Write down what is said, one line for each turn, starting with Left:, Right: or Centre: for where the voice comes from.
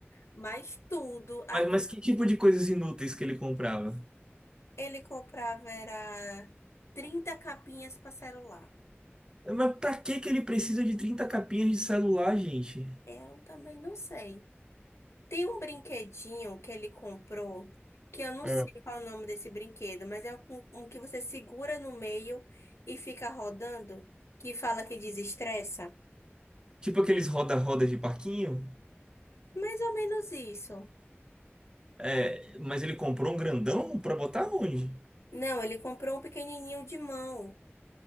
Left: Mas tudo, a-
Right: Mas, mas que tipo de coisas inúteis que ele comprava?
Left: ele comprava era 30 capinhas para celular.
Right: Mas pra que que ele precisa de 30 capinhas de celular, gente?
Left: Eu também não sei. Tem um brinquedinho que ele comprou, que eu não
Right: É.
Left: sei qual é o nome desse brinquedo, mas é um, um que você segura no meio e fica rodando, que fala que desestressa.
Right: Tipo aqueles roda-rodas de parquinho?
Left: Mais ou menos isso.
Right: É, mas ele comprou um grandão pra botar onde?
Left: Não, ele comprou um pequenininho de mão.